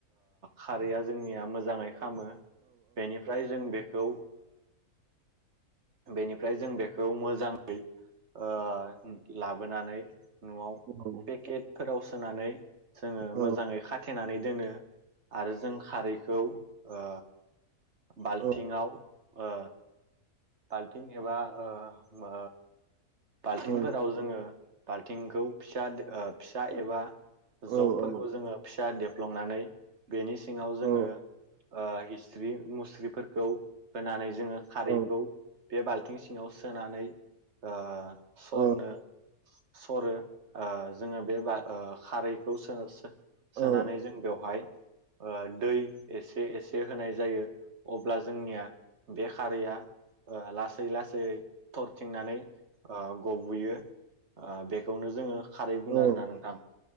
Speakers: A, on the right (about 50°); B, on the right (about 65°).
A: खारैया जोंनिया मोजाङै खामो बेनिफ्राय जों बेखौ बेनिफ्राय जों बेखौ मोजाङै ओ लाबोनानै न'आव
B: औ औ औ
A: पेकेटफोराव सोनानै जोङो
B: औ
A: मोजाङै खाथेनानै दोनो। आरो जों खारैखौ ओ बाल्थिंआव
B: औ
A: ओ बाल्थिं एबा ओ बाल्थिंफोराव
B: औ
A: जोङो बाल्थिंखौ फिसा -फिसा एबा
B: औ
A: जबफोरखौ
B: औ
A: जोङो फिसा देब फ्लंनानै बेनि सिङाव जोङो
B: औ
A: ओ हि -स्रि मुस्रिफोरखौ होनानै जोंड़ो खारैखौ
B: औ
A: बे बाल -थिं सिङाव सोनानै ओ सरनो
B: औ
A: सरो ओ जोङो बे बा-खारैखौ सो सो
B: औ
A: सोनानै जों बेवहाय दै एसे एसे होनाय जायो अब्ला जोंनिया बे खारैया ओ लासै लासै थर थिंनानै गबो'यो बेखौनो जोङो खारै बुङो
B: औ
A: आरोना नोंथां।